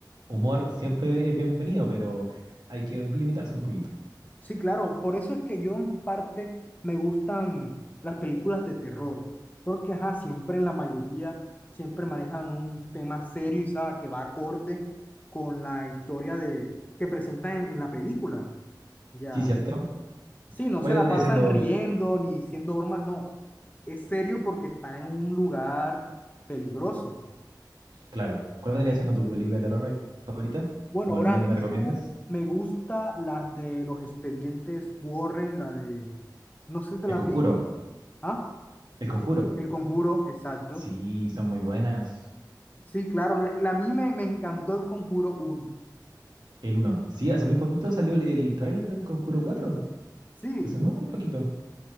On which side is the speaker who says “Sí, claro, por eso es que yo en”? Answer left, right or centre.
Left